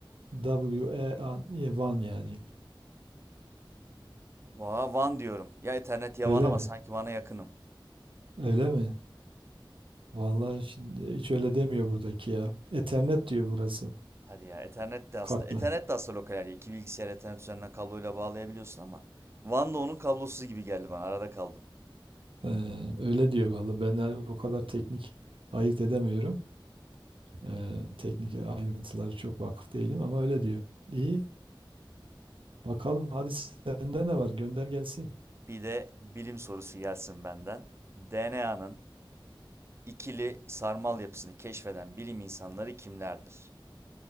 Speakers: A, on the right (about 75°); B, on the right (about 30°).
A: W-A-N, e, WAN yani.
B: Valla WAN diyorum. Ya Ethernet ya
A: Öyle
B: WAN ama
A: mi?
B: sanki WAN'a yakınım.
A: Öyle mi? Vallahi şimdi hiç öyle demiyor buradaki ya. Ethernet diyor burası.
B: Hadi ya Ethernet de aslında.
A: Kartla.
B: Ethernet de aslında lokal area. İki bilgisayar Ethernet üzerinden kabloyla bağlayabiliyorsun ama WAN da onun kablosuzu gibi geldi bana. Arada kaldım.
A: Ee, öyle diyor vallahi Ben de o kadar teknik ayırt edemiyorum. Ee, teknik ayrıntıları çok vakıf değilim ama öyle diyor. İyi. Bakalım hadi sende ne var? Gönder gelsin.
B: Bir de bilim sorusu gelsin benden. DNA'nın İkili sarmal yapısını keşfeden bilim insanları kimlerdir?